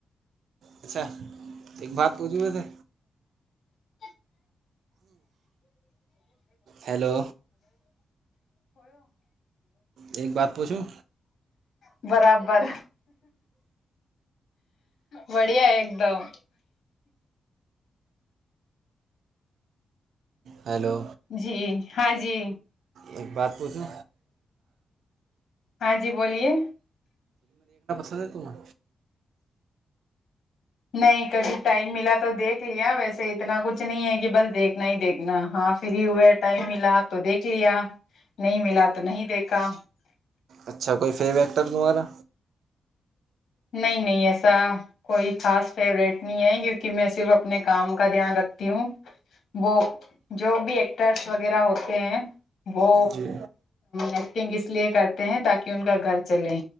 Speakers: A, on the right; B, on the left.
A: اچھا ایک بات پوچھوں ویسے
B: <unintelligible> <unintelligible> <unintelligible> <inaudible>
A: ہیلو ایک بات پوچھوں
B: برابر بڑیا ہے ایک دم
A: ہیلو
B: جی ہاں جی
A: ایک بات پوچھو
B: ہاں جی بولیے
A: سبے کمار
B: نہیں کبھی ٹائم ملا تو دیکھ لیا ویسے اتنا کچھ نہیں ہے کہ بس دیکھنا ہی دیکھنا ہاں فری ہوئے ٹائم ملا تو دیکھ لیا نہیں ملا تو نہیں دیکھا
A: اچھا کوئی فیم ایکٹر تمہارا
B: نہیں نہیں ایسا کوئی خاص فیوریٹ نہیں ہے کیونکہ میں صرف اپنے کام کا دھیان رکھتی ہوں وہ جو بھی ایکٹرس وغیرہ ہوتے ہیں وہ
A: جی
B: ایکٹنگ اس لیے کرتے ہیں تاکہ ان کا گھر چلے